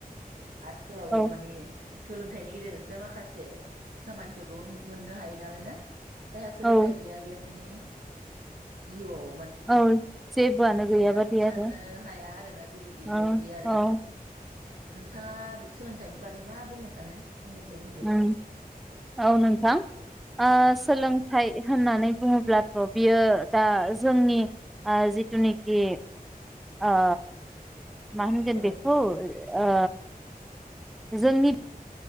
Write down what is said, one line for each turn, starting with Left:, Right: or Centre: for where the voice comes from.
Right: आथिखालाव
Centre: औ
Right: माने सोलोंथाइनि गेजेरजोंसो माखासे खामानिफोरखौ मोननो हायो नालाय ना जायहा सोलोंथाइ
Centre: औ
Right: गैया बेया माने जिउ आव
Centre: औ जेबोआनो गैयाबादि
Right: जाफुंसारनो
Centre: आरो
Right: हाया आरोना जेबो गैयि
Centre: औ
Right: बदि आरोना
Centre: औ
Right: नोंथाङा सोलोंथाइनि बागै मा बुंनो सानो? फंनैसो बुंदो दे
Centre: ओ औ नोंथां ओ सोलोंथाइ होननानै बुङोब्लाथ' बियो दा जोंनि जिथुनिखि आ मा होनगोन
Right: औ
Centre: बेखौ ओ जोंनि